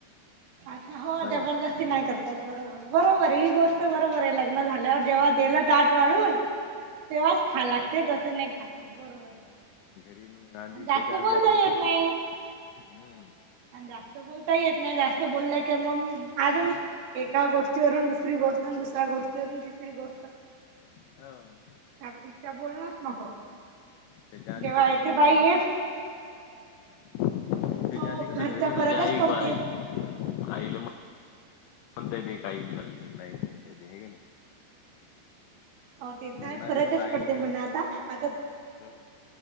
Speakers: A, on the right; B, on the left.
A: अच्छा हो
B: नाही
A: जबरदस्ती
B: का?
A: नाही करतात बरोबर बरोबर आहे ही गोष्ट. बरोबर आहे. लग्न झाल्यावर जेव्हा दिलं ताट वाढून तेव्हाच खायला
B: हं.
A: लागते. तर नाही खाता येत बरोबर आहे.
B: घरी मग आधी
A: आणि जास्त
B: त्याच्या
A: बोलता
B: आधी आपण
A: येत
B: करू
A: नाही
B: शकतो हम्म
A: आणि जास्त बोलताही येत नाही जास्त बोललं की मग अजून एका गोष्टीवरून दुस दुसरी गोष्ट आणि दुसऱ्या गोष्टी आणि तिसरी गोष्ट.
B: ह
A: त्यापेक्षा बोलनच नको
B: त्याच्या आधी
A: जेव्हा
B: कसं
A: येते
B: मग
A: बाई
B: घरी
A: ये
B: त्याच्या
A: हो
B: अधि
A: घरचा
B: कसं घरी म्हणजे
A: फरकच
B: आई
A: पडते
B: बाई आईला म्हणता येते काही बी <unintelligible> हाय की नाई
A: हो ते तर
B: लग्ना
A: हाय
B: आधी
A: फरकच
B: म्हणलं आई
A: पडते
B: म्हण
A: म्हणा आता आता
B: हं